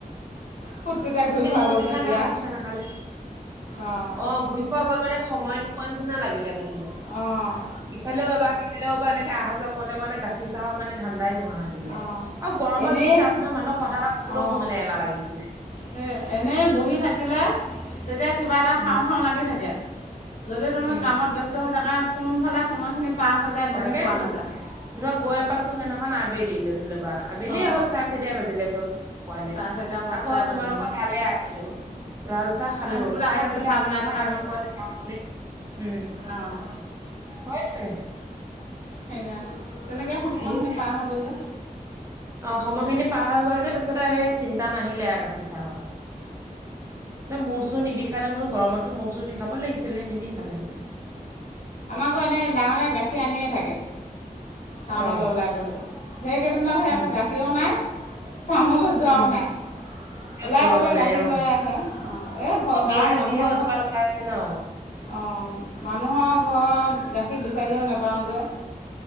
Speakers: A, on the left; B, on the right.
A: ফূৰ্তিতে ঘূৰি
B: এনেই
A: ফুৰা
B: মোৰ
A: গ'ল
B: বিষায়
A: যে বিয়া
B: নহয় গাখীৰ চাহ নাখালে।
A: অঁ
B: অ' ঘূৰি ফুৰা গ'ল মানে সময় নোপোৱা নিচিনা লাগিলে মানে মোৰ।
A: অ'।
B: ইফালেও এবাৰ সিফালও এবাৰ এনেকে আহা যোৱা কৰোতে কৰোতে গাখীৰ চাহৰ মানে ধাণ্ডায়ে নোহোৱা হৈ থাকিলে
A: অঁ
B: আৰু গৰমত
A: এনেই
B: যি তাপ নহয় মানুহক কথা এটা ক'বলৈও
A: অঁ
B: মোৰ মানে এলাহ লাগিছিলে।
A: সেই এনে বহি থাকিলে তেতিয়া কিবা এটা খাওঁ
B: উম
A: খাওঁ লাগি থাকে। যদি তুমি
B: উম
A: কামত ব্যস্ত হৈ থাকা কোনফালে সময়খিনি পাৰ হৈ যায় গমেই
B: তাকেতো
A: পোৱা নাযায়।
B: ধৰি ল গৈ পাইছো সেইদিনাখন আবেলি লৈ ধৰি ল'বা। আবেলিয়ে
A: অঁ
B: হ'ল চাৰে চাৰিটায়ে বাজিলেগৈ গৈ পোৱালে,
A: চাৰে চাৰিটা পাঁচটা
B: আকৌ
A: বাজিলে
B: তোমালোকৰ তালে আহিলো। লাল চাহ খালো
A: আহি
B: খাই
A: আকৌ
B: লৈ
A: পিঠা
B: পেলাই
A: বনাই
B: পিছদিনা
A: থকা
B: ৰাতিপুৱালৈ
A: গ'ল
B: যাম বুলি উম।
A: অঁ
B: হয়টোয়ে।
A: সেইকাৰণে, তেনেকৈ সময়খিনি
B: আইঅ
A: পাৰ হৈ গ'ল যে।
B: অ', সময়খিনি পাৰ হৈ গ'ল যে তাৰ তাৰপিছতে সেই চিন্তা নাহিলে আৰু গাখীৰ চাহৰ। তে মূৰ চূৰ চূৰ নিবিষালে বোলো গৰমতো মূৰ চূৰ বিষাব লাগিছিলে নিবিষালে বোলো।
A: আমাৰ আকৌ এনে ডাঙৰ দায়ে গাখীৰ আনিয়ে থাকে। টাউনলৈ
B: অ
A: ওলাই গ'লে। সেইকেইদিনতহে
B: উম
A: আকৌ গাখীৰও নাই টাউনলৈ যোৱাও
B: উম
A: নাই। ওলাই
B: যোৱাও
A: গ'লে
B: নাই
A: গাখীৰ
B: অ
A: লৈ আহে অ' এই গাঁৱত
B: অ বিয়াৰ
A: মানুহৰ
B: যিহে উৎপাত
A: ঘৰত
B: ওলাইছে ন
A: অ', মানুহৰ ঘৰত গাখীৰ বিচাৰিলেও নেপাওঁ যে।